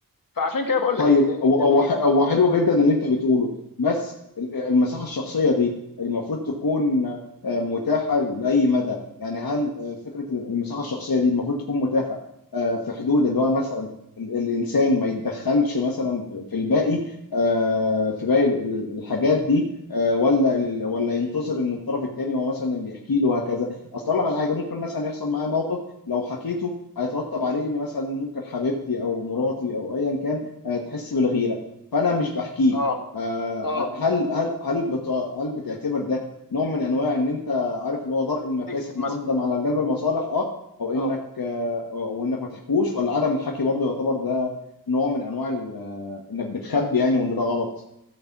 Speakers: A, on the left (about 70°); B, on the left (about 90°).
A: فعشان كده بقول
B: طيب
A: لك ان ان
B: هو
A: الغي
B: هو ح- هو حلو جدا اللي انت بتقوله بس ال- المساحه الشخصيه دي المفروض تكون آه، متاحه لاي مدى يعني هل آه، فكره المساحه الشخصيه دي المفروض تكون متاحه آه، في حدود اللي هو مثلا ال- الانسان ما يتدخلش مثلا في في الباقي آه، في باقي ال- ال- الحاجات دي آه، ولا ال- ولا ينتظر ان الطرف التاني هو مثلا اللي يحكي له وهكذا اصل لك على حاجه ممكن مثلا يحصل معايا موقف لو حكيته هيترتب عليه ان مثلا ممكن حبيبتي او مراتي او ايا كان آه، تحس بالغيره فانا مش بحكيه
A: اه
B: آه، آه،
A: اه
B: هل هل هل بت- هل بتعتبر ده نوع من انواع ان انت عارف اللي هو ضرء المفاسد
A: تكذب مثلا
B: مقدم على جلب المصالح اه او
A: اه
B: انك آه، او انك ما تحكوش ولا عدم الحكي برضه يعتبر ده نوع من انواع ال- آه، انك بتخبي يعني وان ده غلط